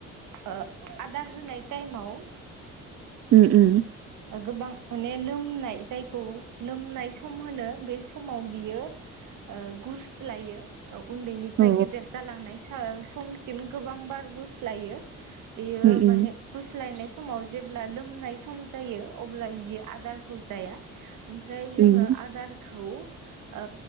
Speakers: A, on the right; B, on the right.
A: ओ आदार होनाय टाइमाव
B: उम उम
A: गोबां माने लोमनाय जायखौ लोमनाय सम होनो बे समाव बियो ओ गुरस्लायो औ उन्दैनिफ्राय
B: औ
A: गेदेर जालांनाय सो समसिम गोबां बार गुस्लायो बेयो
B: उम उम
A: माने गुस्लायनाय समाव जेब्ला लोमनाय सम जायो अब्ला बियो आदारखौ जाया ओमफ्राय जोङो
B: उम
A: आदारखौ ओ